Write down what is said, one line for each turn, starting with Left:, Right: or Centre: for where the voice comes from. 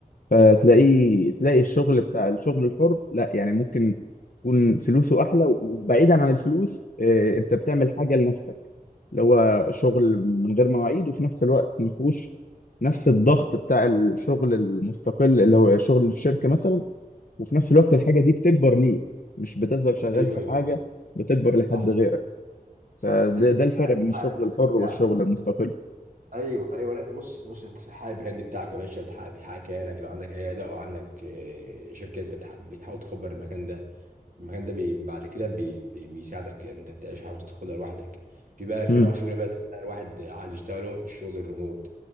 Left: فتلاقيه تلاقي الشغل بتاع الشغل الحر لا يعني ممكن يكون فلوسه احلى وبعيدا عن الفلوس آه، انت بتعمل حاجه لنفسك اللي هو شغل من غير مواعيد وفي نفس الوقت ما فيهوش نفس الضغط بتاع الشغل المستقل اللي هو شغل الشركه مثلا وفي نفس الوقت الحاجه دي بتكبر ليه مش بتفضل شغال
Right: ايوه
Left: في
Right: ايوه
Left: حاجه بتكبر لحد
Right: صح
Left: غيرك
Right: صح
Left: فده
Right: انت بت-
Left: ده
Right: بتحقق
Left: الفرق بين
Right: بتحقق
Left: الشغل
Right: البراند
Left: الحر
Right: بتاعك
Left: والشغل المستقل
Right: ايوه ايوه لا بص بص انت بتحقق البراند بتاعك يا باشا بتحقق بيحقق كيانك لو عندك عياده او عندك آه، شركه انت بتح- بتحاول تكبر المكان ده المكان ده بي بعد كده بي بي بيساعدك انت تعيش حياه مستقله لوحدك في بقى في
Left: امم
Right: نوع شغل بقى الواحد عايز يشتغله الشغل الريموت